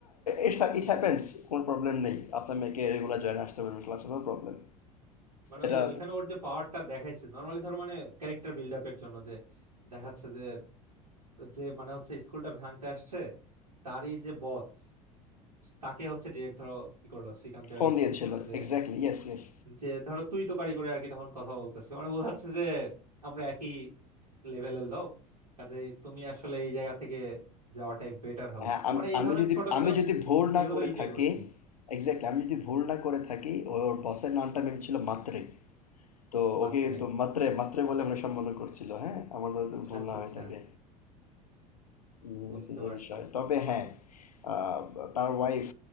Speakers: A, on the left; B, on the right.
A: ইটস ইট হ্যাপেন্স কোনো প্রবলেম নেই আপনার মেয়েকে রেগুলার জয়েন আসতে পারবেন ক্লাসে নো প্রবলেম
B: মানে
A: এটা
B: ওই যে ওইখানে ওর যে পাওয়ারটা দেখাইছে নর্মালি ধরো মানে ক্যারেক্টার বিল্ড আপের জন্য যে দেখাচ্ছে যে যে মানে হচ্ছে স্কুলটা ভাঙতে আসছে তারই যে বস তাকে হচ্ছে ডিরেক্ট ধরো কি করলো শ্রীকান্তে
A: ফোন
B: ওই
A: দিয়েছিল
B: ফোন দিল যে
A: Exactly yes yes
B: যে ধরো তুই তো কারি করে আর কি তখন কথা বলতেছে মানে বোঝাচ্ছে যে আমরা একই লেভেলের লোক কাজে তুমি আসলে এই জায়গা থেকে যাওয়াটাই বেটার হবে
A: হ্যাঁ
B: তো
A: আম-
B: মানে এই
A: আমি
B: ধরনের
A: যদি
B: ছোটখাটো
A: আমি যদি ভুল
B: ইয়েগুলো
A: না করে
B: এনজয়
A: থাকি
B: করছি
A: এক্স্যাক্টলি আমি যদি ভুল না করে থাকি ওর বসের নামটা মেম ছিল মাত্রে তো
B: মাত্রে
A: ওকে কিন্তু মাত্রে মাত্রে বলে আমরা সম্বোধন করছিল হ্যাঁ আমার যদি ভুল
B: আচ্ছা
A: না
B: আচ্ছা
A: হয়ে থাকে উম,
B: বুঝতে
A: এটা যে
B: পারছি
A: বিষয় তবে হ্যাঁ আহ, তার ওয়াইফ